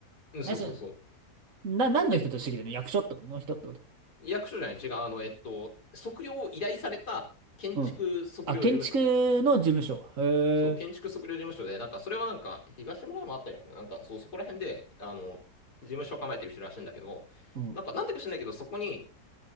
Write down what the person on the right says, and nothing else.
え、それ、な、何の人としてきてるの役所ってことの人ってこと
うん。あ、建築の事務所。へ
え。
うん。